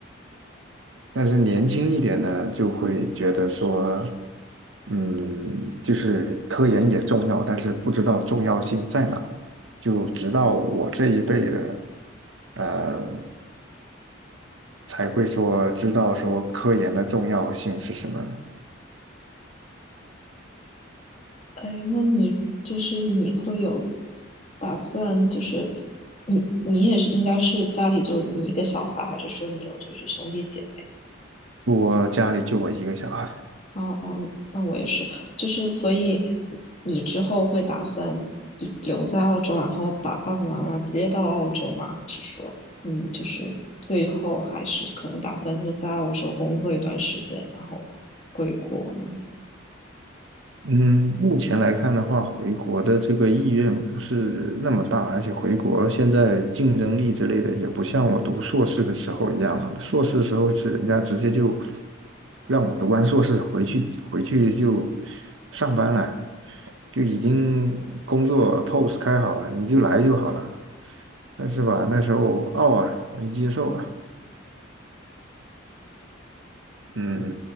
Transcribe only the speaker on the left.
哎，那你就是你会有打算，就是你你也是应该是家里就你一个小孩，还是说你有就是兄弟姐妹？
哦哦，那我也是，就是所以你你之后会打算一留在澳洲，然后把爸爸妈妈接到澳洲吗？还是说你就是最后还是可能打算就在澳洲工作一段时间，然后回国呢？